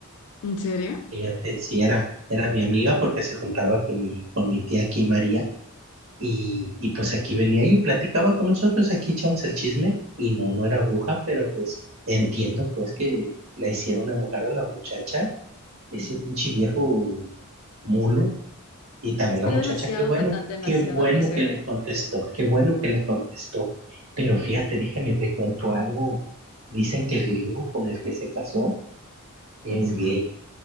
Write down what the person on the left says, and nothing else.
¿En serio?
Es
que
era demasiado
patán, demasiado
grosero.
Ujú.